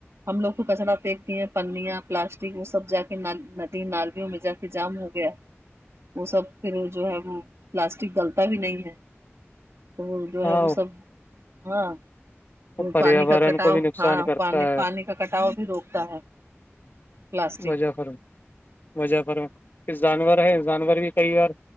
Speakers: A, on the right; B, on the left.
A: ہم لوگ کو کچڑا پنکتی ہیں پنیاں پلاسٹک وہ سب جا کے نی ندی نالویوں میں جا کے جام ہو گیا وہ سب پھر جو ہے وہ پلاسٹک گلتا بھی نہیں ہے تو وہ جو
B: ہاں
A: ہے وہ سب ہاں
B: پریاورن
A: پانی کا کٹاؤ
B: کو بھی نقصان
A: ہاں
B: کرتا
A: پانی
B: ہے
A: پانی کا کٹاؤ بھی روکتا ہے پلاسٹک
B: وفر وفر جانور ہے جانور بھی کئی بار